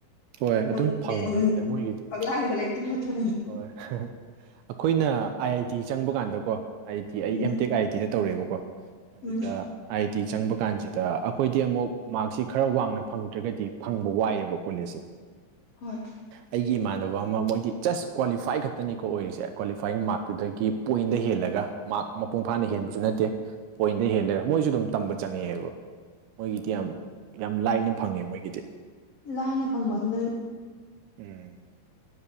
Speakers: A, on the right; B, on the left.
A: ꯍꯣꯏ ꯑꯗꯨꯝ
B: ꯃꯣꯏ
A: ꯐꯪꯕꯅꯤꯗ ꯃꯣꯏꯒꯤꯗꯤ
B: ꯂꯥꯡꯗ ꯂꯩ ꯇ ꯊ
A: ꯍꯣꯏ ꯑꯩꯈꯣꯏꯅ ꯑꯥꯏ ꯑꯥꯏ ꯇꯤ ꯆꯪꯕ ꯀꯥꯟꯗꯀꯣ ꯑꯥꯏ ꯑꯥꯏ ꯇꯤ ꯑꯩ
B: ꯎꯝ
A: ꯑꯦꯝ ꯇꯦꯛ ꯑꯥꯏ ꯑꯥꯏ ꯇꯤꯗ ꯇꯧꯔꯦꯕꯀꯣ ꯑꯗꯨꯗ
B: ꯎꯝ
A: ꯑꯥꯏ ꯇꯤ ꯆꯪꯕ ꯀꯥꯟꯁꯤꯗ ꯑꯩꯈꯣꯏꯗꯤ ꯑꯃꯨꯛ ꯃꯥꯔꯛꯁꯤ ꯈꯔ ꯋꯥꯡꯅ ꯐꯪꯗ꯭ꯔꯒꯗꯤ ꯐꯪꯕ ꯋꯥꯏꯑꯦꯕ ꯀꯣꯂꯦꯖꯁꯦ <unintelligible>
B: ꯍꯣꯏ
A: ꯑꯩꯒꯤ ꯏꯃꯥꯟꯅꯕ ꯑꯃ ꯃꯣꯏꯗꯤ ꯖꯁ ꯀ꯭ꯋꯥꯂꯤꯐꯥꯏ ꯈꯛꯇꯅꯤꯀꯣ ꯑꯣꯏꯔꯤꯁꯦ ꯀ꯭ꯋꯥꯂꯤꯐꯥꯏ ꯃꯥꯔꯛꯇꯨꯗꯒꯤ ꯄꯣꯏꯟꯗ ꯍꯦꯜꯂꯒ ꯃꯥꯔꯛ ꯃꯄꯨꯡ ꯐꯥꯅ ꯍꯦꯟꯕꯁꯨ ꯅꯠꯇꯦ ꯄꯣꯏꯟꯗ ꯍꯦꯟꯂꯒ ꯃꯣꯏꯁꯨ ꯑꯗꯨꯝ ꯇꯝꯕ ꯆꯪꯉꯛꯦꯕ ꯃꯣꯏꯒꯤꯗꯤ ꯌꯥꯝ ꯌꯥꯝ ꯂꯥꯏꯅ ꯐꯪꯉꯦ ꯃꯣꯏꯒꯤꯗꯤ
B: ꯂꯥꯏꯅ ꯐꯪꯕꯗꯨꯗ
A: ꯎꯝ